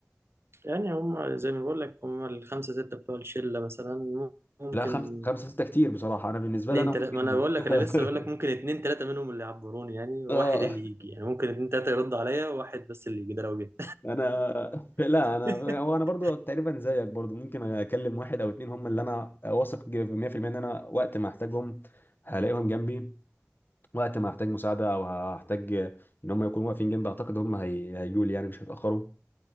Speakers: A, on the right; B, on the left.
A: يعني هم زي ما بقول لك هم الخمسة ستة بتوع الشلة مثلا ممكن
B: لا خمسة خمسة ستة كتير بصراحة انا بالنسبة
A: اتنين
B: لي انا
A: تلاتة
B: ممكن
A: ما انا بقول لك
B: <laughs>
A: انا لسه بقول لك ممكن اتنين تلاتة منهم اللي يعبروني يعني واحد
B: اه
A: اللي يجي يعني ممكن اتنين تلاتة يرد عليا واحد بس اللي يجي ده لو جه
B: <laughs> انا لا انا
A: <laughs>
B: هو انا برضو تقريبا زيك برضو ممكن اكلم واحد او اتنين هم اللي انا واثق 100% ان انا وقت ما احتاجهم هلاقيهم جنبي وقت ما احتاج مساعدة او هحتاج ان هم يكونوا واقفين جنبي اعتقد هم هي... هيجوا لي يعني مش هيتأخروا